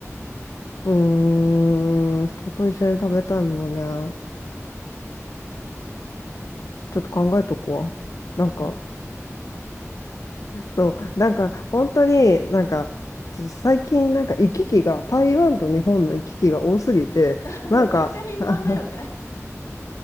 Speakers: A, on the left; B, on the left.
A: う。うーん、人と一緒に食べたいものね。ちょっと考えとこわ。なんか、
B: ぜひ考えてみて。
A: そう、なんか、本当に、なんか、ちょっと最近、なんか行き来が、台湾と日本の行き来が多すぎて、
B: <laughs>
A: なんか、
B: めちゃくちゃ頻繁だよね。
A: <laughs>